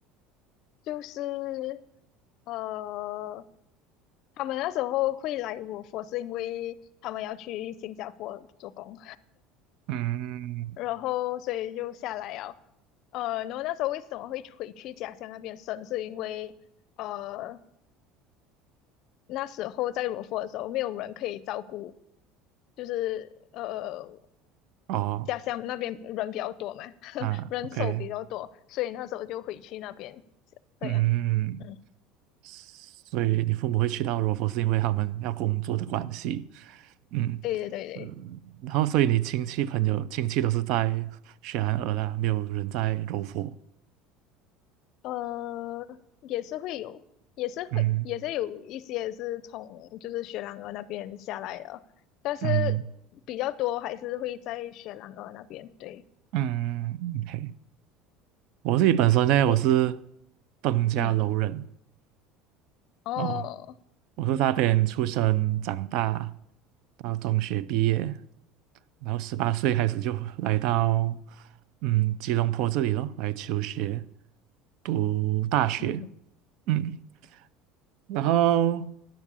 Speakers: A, on the left; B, on the right.
A: 就是呃，他们那时候会来我佛是因为他们要去新加坡做工，
B: 嗯，
A: <laughs> 然后所以就下来了。呃，然后那时候为什么会回去家乡那边生，是因为呃那时候在柔佛的时候，没有人可以照顾，就是呃
B: 哦，
A: 家乡那边人比较多嘛，<laughs>
B: 啊，OK，
A: 人手比较多，所以那时候就回去那边这样。
B: 嗯。
A: 嗯，
B: 所以你父母会去到柔佛，是因为他们要工作的关系，嗯
A: 对对对对，
B: 嗯，然后所以你亲戚朋友亲戚都是在雪兰莪啦，没有人在柔佛，
A: 呃，也是会有，也是会，
B: 嗯
A: 也是有一些是从就是雪兰莪那边下来的，但是比较多还是会在雪兰莪那边。
B: 嗯
A: 对，
B: 嗯，OK，我自己本身呢，
A: 诶，
B: 我是登家楼人
A: 嗯，哦，
B: 哦，我是在那边出生长大，到中学毕业，然后十八岁开始就来到嗯吉隆坡这里咯，来求学，读大学，
A: 嗯，
B: 嗯，然后